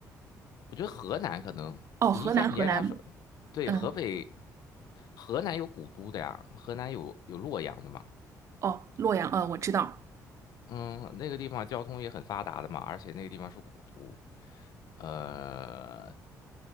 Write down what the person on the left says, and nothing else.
我觉得河南可能你一下你一下说
对河北
河南有古都的呀，河南有有洛阳的嘛，
嗯，那个地方交通也很发达的嘛，而且那个地方是古都，呃，